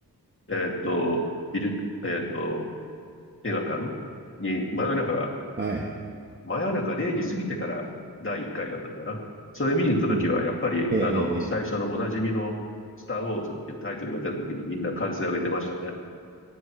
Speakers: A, on the left (about 35°); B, on the right (about 30°).
A: えっと、ビル、えっと、映画館に真夜中、
B: えええええはい。
A: 真夜中0時過ぎてから第1回だったのかな。それ見に行った時は、
B: うん。
A: やっぱり、
B: ええええええ
A: あの、最初のおなじみのスター・ウォーズっていうタイトルが出た時にみんな歓声を上げてましたね。